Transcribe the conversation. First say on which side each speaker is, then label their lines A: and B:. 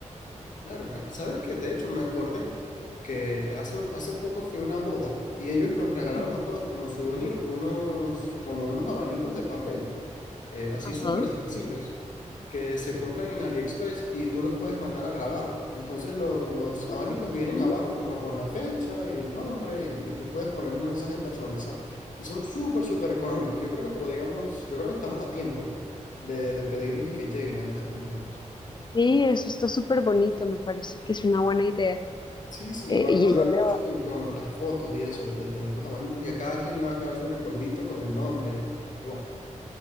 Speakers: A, on the left; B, on the left.
A: claro, claro. ¿Sabes qué? De hecho, me acordé que hace, un- hace poco fue una boda y ellos nos regalaron
B: Ujú.
A: a todos como souvenir unos, como unos abanicos de papel. eh, así
B: Ajá.
A: súper sencillos, que se compran en AliExpress y tú los puedes mandar a grabar. Entonces los, los abanicos
B: Ah, qué
A: vienen
B: bonito.
A: abajo como con la fecha y el nombre y, y tú puedes poner un mensaje personalizado. Y son súper, súper económicos. Yo creo que podríamos, yo creo que estamos a tiempo de, de pedirlos y que lleguen antes del cumpleaños.
B: Sí, eso está súper bonito, me parece que es una buena idea.
A: Sí, sí,
B: Eh,
A: y va a
B: y
A: cuadrar
B: ella le
A: mucho con, con las fotos y eso, el, el tener los abanicos y a cada quien le va a quedar su recuerdito con el nombre y, y bueno,